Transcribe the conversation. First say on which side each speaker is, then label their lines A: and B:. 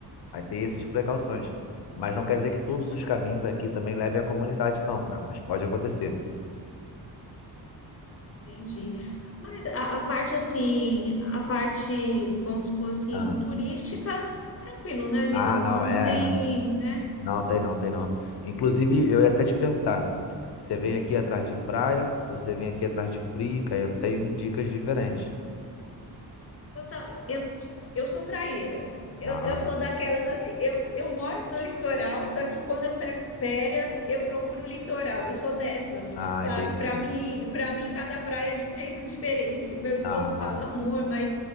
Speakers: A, on the left; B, on the left.
A: Aí tem essas precauções. Mas não quer dizer que todos os caminhos aqui também levem à comunidade, não, tá? Mas pode acontecer.
B: entendi. Mas a, a parte assim, a parte, vamos supor assim,
A: Ah,
B: turística, tranquilo, né, Vina?
A: ah,
B: Não
A: não, é,
B: tem,
A: é.
B: né?
A: Não, tem não, tem não. Inclusive, eu ia até te perguntar, você vem aqui atrás de praia ou você vem aqui atrás de frio? Que aí eu tenho dicas diferentes.
B: Eu, ta- eu, eu sou praieira. Eu,
A: Ah,
B: eu sou daquelas assim. Eu, sou- eu moro no litoral, só que quando eu pego férias, eu procuro o litoral. Eu sou dessas,
A: ah,
B: sabe?
A: entendi.
B: Para mim, para mim, cada praia é de um jeito diferente. O meu esposo
A: Ah,
B: fala, amor, mas